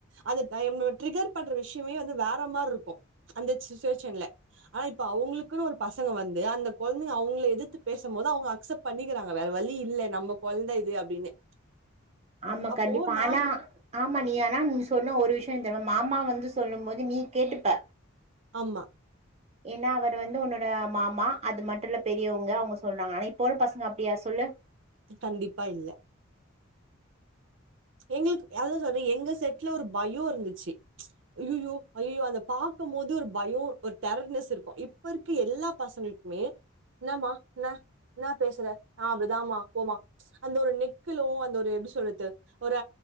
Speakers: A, on the right; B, on the right.
A: அது நா இவுங்கள ட்ரிகர் பண்ற விஷ்யமே வந்து வேற மார்ருருக்கு அந்த சுச்சுவேச்சன்ல ஆனா இப்ப அவுங்குளுக்குன் ஒரு பசங்க வந்து அந்த கொழ்ந்திங்க அவுங்ள எதுத்து பேசம்மோது அவுங்க அக்சப் பண்ணிக்கிறாங்க வேற வழி இல்ல நம்ம கொழ்ந்த இது அப்டின்னு
B: ஆமா
A: அப்போ
B: கண்டிப்பா
A: நாங்க
B: ஆனா ஆமா நீ ஆனா நீ சொன்ன ஒரு விஷ்யோ தெர்மா மாமா வந்து சொல்லும் போது நீ கேட்டுப்ப
A: ஆம்மா
B: ஏன்னா அவரு வந்து உன்னோட அ மாமா அது மட்டுல்ல பெரியவுங்க அவுங்க சொல்றாங்க ஆனா இப்ப உள்ள பசங்க அப்டியா சொல்லு
A: கண்டிப்பா இல்ல எங்ளுக் அதா சொல்ற எங்க செட்ல ஒரு பயோருந்துச்சு ஐயியோ ஐயோ அத பாக்கமோது ஒரு பயோ ஒரு டெரர்னஸ் இருக்கோ இப்பருக்கு எல்லா பசங்ளுக் மே இன்னமா ன்னா இன்னா பேசுற நா அப்டிதா மா போமா அந்த ஒரு நெக்குலும் அந்த ஒரு எப்டி சொல்றது ஒரு